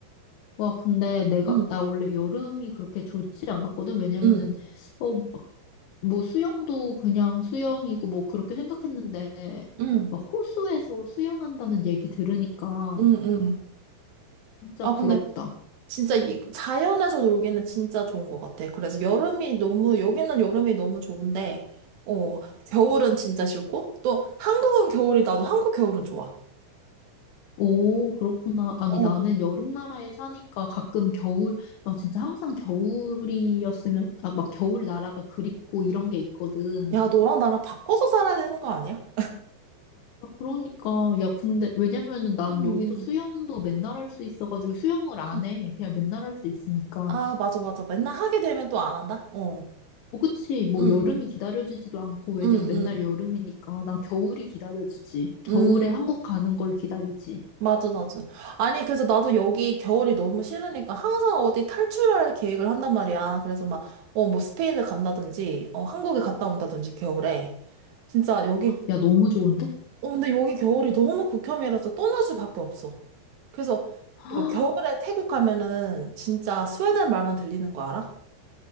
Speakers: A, on the left; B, on the right.
A: 와, 근데 내가,
B: 응.
A: 나 원래 여름이 그렇게 좋지 않았거든? 왜냐면은,
B: 응,
A: 어, 뭐 수영도 그냥 수영이고 뭐 그렇게 생각했는데
B: 응,
A: 막 호수에서 수영한다는 얘기 들으니까
B: 응, 응.
A: 진짜
B: 아,
A: 부럽다.
B: 근데 진짜 이 자연에서 놀기는 진짜 좋은 것 같아. 그래서 여름이 너무, 여기는 여름이 너무 좋은데, 어, 겨울은 진짜 싫고, 또 한국은 겨울이, 나도 한국 겨울은 좋아.
A: 오, 그렇구나. 아니
B: 어.
A: 나는 여름 나라에 사니까 가끔 겨울 막 진짜 항상 겨울이었으면 아 막 겨울 나라가 그립고 이런 게 있거든.
B: 야, 너랑 나랑 바꿔서 살아야 되는 거 아니야?
A: 아, 그러니까 야 근데 왜냐면은 난
B: 응,
A: 여기서 수영도 맨날 할 수 있어가지고 수영을 안
B: 응.
A: 해. 그냥 맨날 할 수 있으니까.
B: 아, 맞아, 맞아. 맨날 하게 되면 또 안 한다? 어.
A: 어, 그치. 뭐
B: 응, 응,
A: 여름이 기다려지지도 않고, 왜냐면
B: 응,
A: 맨날
B: 응.
A: 여름이니까. 난 겨울이 기다려지지. 겨울에
B: 응.
A: 한국 가는 걸 기다리지.
B: 맞아, 맞아. 아니, 그래서 나도 여기 겨울이 너무 싫으니까 항상 어디 탈출할 계획을 한단 말이야. 그래서 막, 어, 뭐 스페인을 간다든지, 어, 한국에 갔다 온다든지, 겨울에. 진짜 여기,
A: 야, 너무 좋은데?
B: 어, 근데 여기 겨울이 너무 극혐이라서 떠날 수밖에 없어. 그래서
A: <gasps>
B: 이거 겨울에 태국 가면은 진짜 스웨덴 말만 들리는 거 알아?